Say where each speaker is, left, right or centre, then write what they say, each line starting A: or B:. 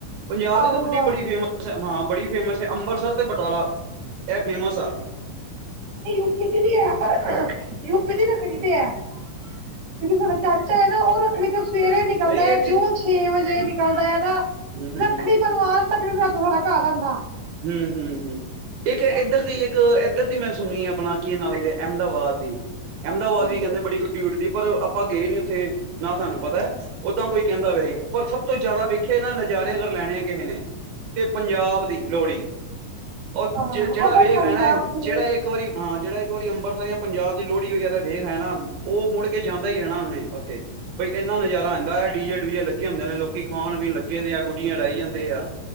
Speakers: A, on the right; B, on the right.
A: ਪੰਜਾਬ
B: ਆਹੋ
A: ਦੀ ਤਾਂ ਗੁੱਡੀ
B: ਆਹੋ
A: ਬੜੀ ਫੇਮਸ ਹੈ ਹਾਂ ਬੜੀ ਫੇਮਸ ਹੈ ਅੰਮਰਤਸਰ ਤੇ ਬਟਾਲਾ ਇਹ ਫੇਮਸ ਆ
B: ਯੂਪੀ ਦੀ ਵੀ ਹੈ ਪਰ ਯੂਪੀ ਦੀ ਨਾ ਰੱਖੜੀ ਤੇ ਹੈ ਜਿਹੜੀ ਸਾਡਾ ਚਾਚਾ ਹੈ ਨਾ ਉਹ ਰੱਖੜੀ ਤੋਂ ਸਵੇਰੇ ਨਿਕਲਦਾ
A: ਨਹੀਂ
B: ਹੈ
A: ਇੱਥੇ
B: ਜਿ ਛੇ ਵਜੇ ਨਿਕਲਦਾ ਹੈ ਨਾ
A: <unintelligible>
B: ਬਲਵਾਨ ਤਕ ਸਾਡਾ ਘਰ ਆਉਂਦਾ
A: ਹਮ ਹਮ ਹਮ ਇੱਕ ਇੱਧਰ
B: ਉੱਥੇ
A: ਦੀ ਇੱਕ ਇ ਇੱਧਰ ਦੀ ਮੈਂ ਸੁਣੀ ਆਪਣਾ ਕੀ ਨਜ ਦੇ ਅਹਿਮਦਾਬਾਦ ਦੀ ਅਹਿਮਦਾਬਦ
B: ਹਾਂਜੀ
A: ਵੀ ਕਹਿੰਦੇ ਬੜੀ ਗੁੱਡੀ ਉੱਡਦੀ ਪਰ ਆਪਾਂ ਗਏ ਨੀ ਉੱਥੇ ਨਾ ਸਾਨੂੰ ਪਤਾ ਓਦਾਂ ਕੋਈ ਕਹਿੰਦਾ ਪਿਆ ਸੀ ਪਰ ਸਭ ਤੋਂ ਜ਼ਿਆਦਾ ਵੇਖੇ ਨਾ ਨਜ਼ਾਰੇ ਅਗਰ ਲੈਣੇ ਆ ਕਿਸੇ ਨੇ ਤੇ ਪੰਜਾਬ ਦੀ ਲੋਹੜੀ ਉਹ
B: ਹਾਂ
A: ਜੇ ਜਿਹੜਾ
B: ਉਹ ਫਿਰ
A: ਵੇਖ
B: ਪੰਜਾਬ
A: ਹੈ ਨਾ
B: ਦੀ
A: ਜਿਹੜਾ
B: ਹੈ
A: ਇੱਕ ਵਾਰੀ ਹਾਂ ਜਿਹੜਾ ਇੱਕ ਵਾਰੀ ਅੰਬਰਸਰ ਜਾਂ ਪੰਜਾਬ ਦੀ ਲੋਹੜੀ ਵਗੈਰਾ ਵੇਖ ਹੈ ਨਾ ਉਹ ਮੁੜ ਕੇ ਜਾਂਦਾ ਹੀ ਰਹਿਣਾ ਉਹਨੇ ਉੱਥੇ ਬਈ ਇੰਨਾ ਨਜ਼ਾਰਾ ਆਉਂਦਾ ਆ ਡੀਜੇ ਡੂਜੇ ਲੱਗੇ ਹੁੰਦੇ ਨੇ ਲੋਕੀ ਖਾਣ ਪੀਣ ਲੱਗੇ ਆ ਗੁੱਡੀਆਂ ਉਡਾਈ ਜਾਂਦੇ ਆ